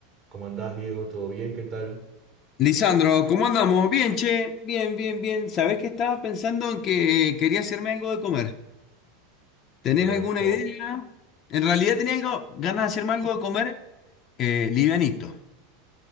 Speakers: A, on the right; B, on the left.
A: ¿Cómo andás, Diego? ¿Todo bien? ¿Qué tal?
B: Lisandro, ¿cómo andamos? Bien, che, bien, bien, bien. ¿Sabés que estaba pensando en que quería hacerme algo de comer? ¿Tenés
A: Era
B: alguna
A: que
B: idea? En realidad tenía algo, ganas de hacerme algo de comer eh, livianito.